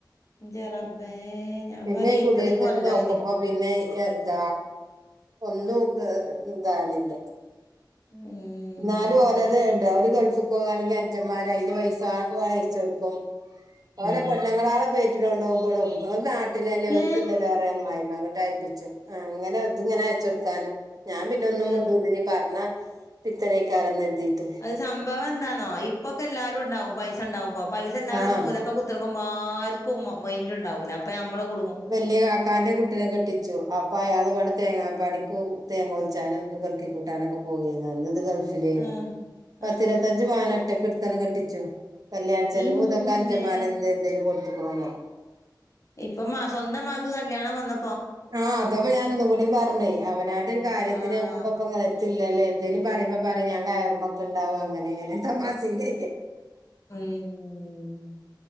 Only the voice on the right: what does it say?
പിന്നെ
കുടയിർത്തിട്ട്
നോക്കുമ്പോ പിന്നെ ഏത ഒന്നും ഏ ഇതാണില്ല.
എന്നാലോലെത്ണ്ട് ഒര് ഗൾഫിൽക്ക് പോകാനും അഞ്ചന്മാര് അയന് പൈസ അയച്ചു കൊടുക്കും. ഓലെ
പെണ്ണ്ങ്ങളാളെ പേറ്റിന് കൊണ്ട് പോകുമ്പോളും ഓൽ നാ <unintelligible>
അമ്മായിമ്മ എന്നിട്ട് അയപ്പിച്ചും അങ്ങനെ ഇതങ്ങനെ അയച്ച് കൊടുക്കാനും ഞാൻ പിന്നെ
ഒന്നും മുണ്ടുല
ഇനി പറഞ്ഞ പിത്തനേക്കാരം കരുതിയിട്ട്
ആഹ്
വലിയ കാക്കാന്റെ കുട്ടിനെ കെട്ടിച്ചു അപ്പൊ അയാൾ ഇവിടെ തേങ്ങാ പണിക്കും, തേങ്ങ ചാനും പെറുക്കിക്കൂട്ടാനൊക്കെ പോകയ്നു അന്നിതു ഗൾഫിലേനു
പത്തിരപത്തഞ്ച്
പവ ഒറ്റക്കെടുത്തണ് കെട്ടിച്ചു കല്യാണ ചിലവ്
ഇതൊക്കെ അഞ്ചന്മാര എന്ത എന്തേലും കൊടുത്തു ക്കാണാവോ
ആഹ് അതപ്പൊ ഞാൻ ഇന്നും കൂടി പറഞ്ഞേ അവനാന്റെ ഒരു കാര്യത്തിന്
നോക്കുമ്പ ഇപ്പ ഇങ്ങളെടുത്ത് ഇല്ലല്ലേ എന്തേലും പറയുമ്പോപറയും ഞാൻ കയറു <unintelligible> അങ്ങനെ ഇങ്ങനെ തമാസേല്